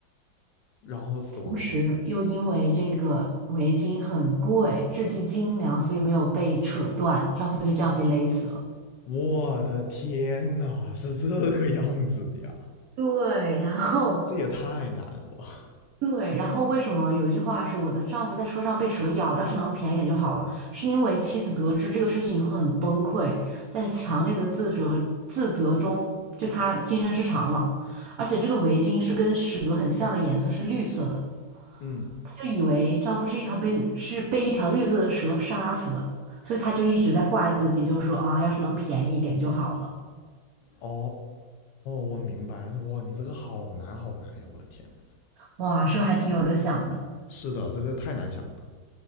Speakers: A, on the left (about 75°); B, on the right (about 85°).
A: 然后死亡的。
B: 同时又因为这个围巾很贵，质地精良，所以没有被扯断，丈夫就这样被勒死了。
A: 我的天呐，是这个样子的呀，
B: 对，然后。
A: 这也太难了吧？
B: 对，然后为什么有一句话是我的丈夫在车上被蛇咬了，要是能便宜点就好了？是因为妻子得知这个事情以后很崩溃，在强烈的自责自责中，就她精神失常了。而且这个围巾是跟蛇很像的颜色，是绿色的，
A: 嗯，
B: 她就以为丈夫是一条被是被一条绿色的蛇杀死的，所以她就一直在怪自己，就说啊，要是能便宜一点就好了。
A: 哦，我明白了，哇，你这个好难好难呀，我的天呐，
B: 哇，是不是还挺有的想的？
A: 是的，这个太难想了，